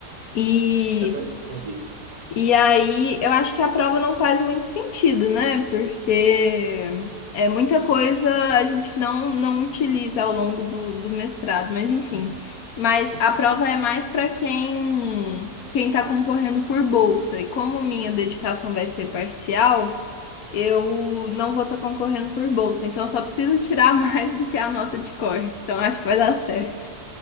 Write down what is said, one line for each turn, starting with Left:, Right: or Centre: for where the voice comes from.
Left: E.
Right: Eu tô... Entendi.
Left: E aí, eu acho que a prova não faz muito sentido, né? Porque é muita coisa a gente não, não utiliza ao longo do, do mestrado, mas enfim. Mas a prova é mais para quem quem está concorrendo por bolsa. E como minha dedicação vai ser parcial, eu não vou estar concorrendo por bolsa. Então, eu só preciso tirar <laughs> mais do que a nota de corte. Então, acho que vai dar certo.